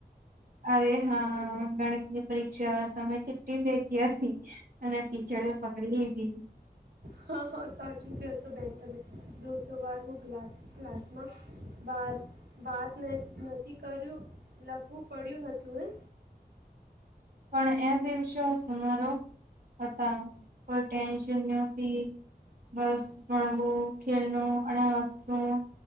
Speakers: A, on the right (about 60°); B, on the right (about 85°).
A: અરે હા ગણિત ની પરીક્ષા તમે ચિઠ્ઠી મેકિ હતી. અને ટીચડ એ પકડી લીધી.
B: હા સાચું કેશો બેન તમે દોસો વાર હું ગ્લાસ ગ્લાસમાં બાર વાત નથી કર્યું લખવું પડ્યું હતું એ?
A: પણ એ દિવસો સમારો હતા કોઈ ટેન્શન નહતી. બસ ભણવું, ખેલનું અને હસવું.